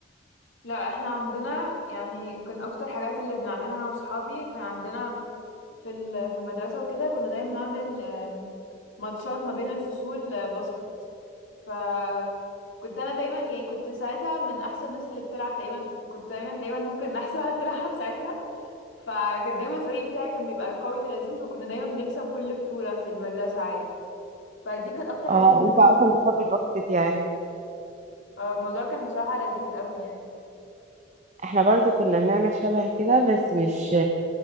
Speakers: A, on the left (about 80°); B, on the right (about 35°).
A: لا احنا عندنا يعني كان اكتر حاجات اللي بنعملها انا واصحابي كان عندنا في ال- في المدرسة وكده كنا دايما بنعمل آم، ماتشات ما بين الفصول آه، باسكت فكنت انا دايما يعني كنت ساعتها من احسن الناس اللي بتلعب تقريبا كنت دايما تقريبا ممكن <laughs> احسن واحد بتلعب ساعتها فكان دايما الفريق بتاعي كان بيبقى قوي ولذيذ وكنا دايما بنكسب كل بطولة في المدرسة عادي فدي كانت اكتر حاجة
B: اه
A: كنا
B: انت اصلا
A: بنعملها
B: بتحب الباسكت يعني
A: آه، الموضوع كان بصراحة لذيذ قوي يعني
B: احنا برضو كنا بنعمل شبه كده بس مش